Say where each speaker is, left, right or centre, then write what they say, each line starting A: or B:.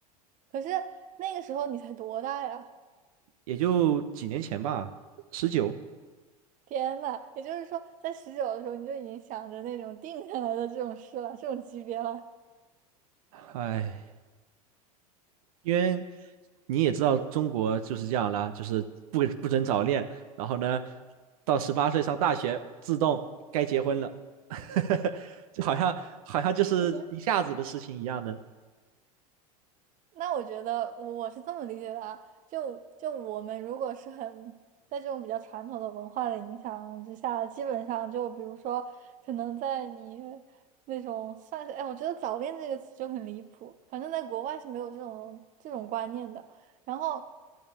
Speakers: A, on the right; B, on the right.
A: 可是那个时候你才多大呀？
B: 也就几年前吧，十九，
A: 天呐，也就是说，在十九的时候你就已经想着那种定下来的这种事了，这种级别了。
B: 哎，因为你也知道中国就是这样啦，就是不不准早恋，然后呢，到十八岁上大学自动该结婚了，<laughs> 就好像好像就是一下子的事情一样的
A: 嗯那我觉得我是这么理解的啊，就就我们如果是很在这种比较传统的文化的影响之下，基本上就比如说，可能在你那种算是，哎，我觉得早恋这个词就很离谱，反正在国外是没有这种这种观念的。然后